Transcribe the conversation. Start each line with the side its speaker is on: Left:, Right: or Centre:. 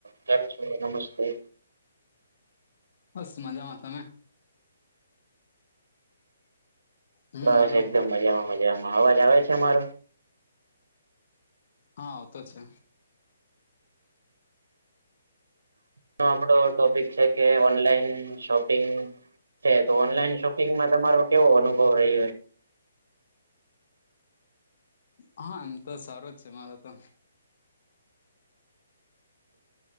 Right: હાર, નમસ્તે
Left: બસ મજામાં તમે હમ
Right: બસ
Left: હાલો
Right: એકદમ મજામાં મજામાં અવાજ આવે છે, અમારો
Left: હા તો છે.
Right: ન આપડો ટોપિક છે, કે ઓનલાઈન શોપિંગ છે, તો ઓનલાઈન શોપિંગમાં તમારો કેવો અનુભવ રહ્યો છે.
Left: હા, એમ તો સારો જ છે મારો તો